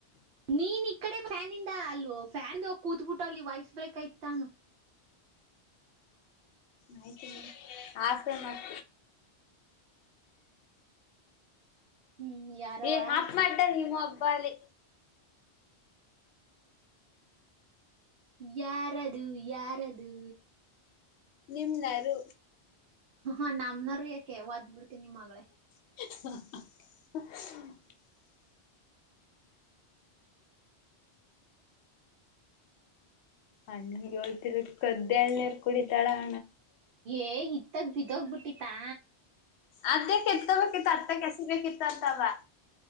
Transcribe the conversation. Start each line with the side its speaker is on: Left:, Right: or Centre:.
Right: ನೀನ್ ಇ ಕಡೆ ಫ್ಯಾನಿಂದ ಅಲ್ವ ಫ್ಯಾನ್ ಕೂತ್ಬಿಟ್ಟ ಲಿ ವಾಯ್ಸ್ ಬ್ರೇಕ್ ಆಯ್ತಾ
Left: ಆಯ್ತು ಮಡಿ ಆಸೆ ಮತ
Right: ಹ್ಮ್ ಯಾರವಾ
Left: ಏ ಹಾಪ್ ಮಾಡ್ತ ನೀವುಬ್ಬ ಬಾಲಿ
Right: ಯಾರದು ಯಾರದು
Left: ನಿನ್ನರು
Right: ಹ ನಮ್ನರು ಯಾಕೆ ವದ್ಬ ಬಿಡ್ತನ ನಿ ಮಗ್ಗಳೇ
Left: <inaudible> ಅಣ್ಣನ್ ಜೋಳತ್ತ ಕ್ದ ಎಳ್ಣೇರ್ ಕೂಡಿ ತಳಣ
Right: ಏ ಇತ್ತಾಗ ಬಿದೋಗ ಬಿಿಟ್ಟ ಹಟ್ಟಿತಾ
Left: ಅದೇಕ್ಕೆ ಎತ್ಕೊಬೇಕಿತ್ ಮತ್ತ ಕೆಸಿಬೇಕಿತ್ತು ಅಂತವ